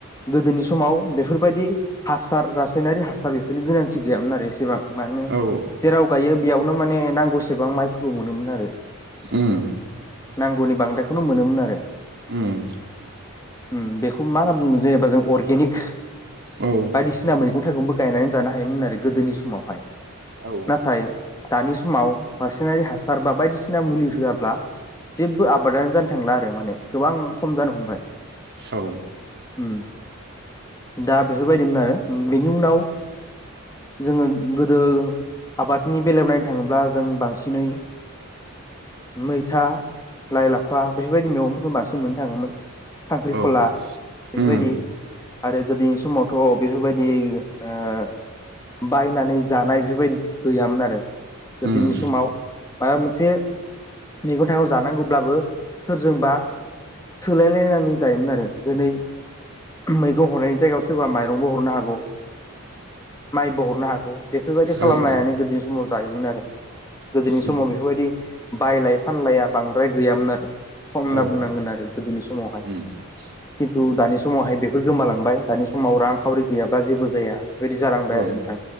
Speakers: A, on the left (about 15°); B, on the right (about 55°).
A: गोदोनि समाव बेफोरबायदि हासार रासायनारि हासार बेफोरनि गोनांथि गैयामोन आरो एसेबां। मानो
B: औ
A: जेराव गायो बेयावनो माने नांगौसेबां माइफोरखौ मोनोमोन आरो।
B: उम।
A: नांगौनि बांद्रायखौनो मोनोमोन आरो।
B: उम।
A: उम बेखौ मा होनना बुंनो जेनेबा जों अर्गेनिक
B: औ
A: बायदिसि सिना मैगं थाइगंबो गायनानै जानो हायोमोन आरो गोदोनि समावहाय।
B: औ
A: नाथाय दानि समाव रासाइनारि हासार बा बायदिसिना मुलि होआब्ला जेबो आब बादानो जानो थांला आरो माने गोबां खम जानो हमबाय।
B: औ।
A: उम दा बेफोरबायदिमोन आरो बेनि उनाव जोङो गोदो आबादनि बेलायाव नायनो थाङोब्ला जों बांसिनै मैथा लाइ, लाफा बेफोरबायदि मैगंफोरखौ बांसिन मोननो थाङोमोन। खांख्रिखला
B: औ।
A: बेफोरबायदि
B: उम
A: आरो गोदोनि समावथ' बेफोरबायदि ओ बायनानै जानाय बेफोरबायदि गैयामोन आरो। गोदोनि
B: उम
A: समाव माबा मोनसे मैगं थाइगं जानांगौब्लाबो सोरजोंबा सोलायलायनानै जायोमोन आरो दोनै मैगं हरनायनि जायगायाव सोरबा माइरंबो हरनो हागौ। माइबो हरनो हागौ बेफोरबायदि
B: औ
A: खालामलायनानै
B: औ
A: गोदोनि समाव जायोमोन आरो। गोदोनि
B: उम
A: समाव बेफोरबायदि बायलाय फानलाया बांद्राय गैयामोन आरो। खम होनना
B: औ
A: बुंनांगोन आरो गोदोनि समावहाय।
B: <unintelligible>
A: थु दानि समावहाय बेफोर गोमालांबाय, दानि समाव रांखावरि गैयाबा जेबो जाया बेफोरबायदि जालांबाय
B: औ
A: आरो नोंथां।